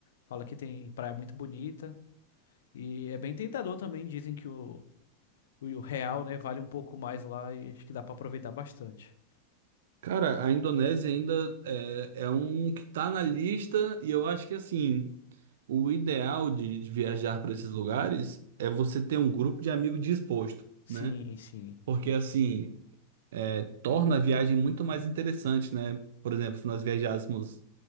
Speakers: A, on the left; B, on the right.
A: Fala que tem praia muito bonita. E é bem tentador também, dizem que o o o real, né, vale um pouco mais lá e acho que dá pra aproveitar bastante.
B: Cara, a Indonésia ainda é, é um que tá na lista, e eu acho que assim, o ideal de, de viajar para esses lugares é você ter um grupo de amigo disposto,
A: Sim,
B: né?
A: sim.
B: Porque
A: Eu acho
B: assim, é, torna a viagem muito mais interessante, né? Por exemplo, se nós viajássemos